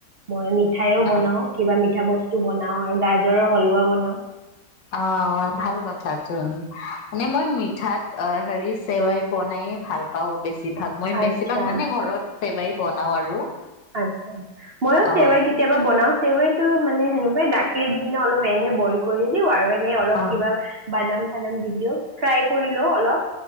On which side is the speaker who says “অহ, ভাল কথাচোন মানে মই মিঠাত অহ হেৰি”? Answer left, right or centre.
Left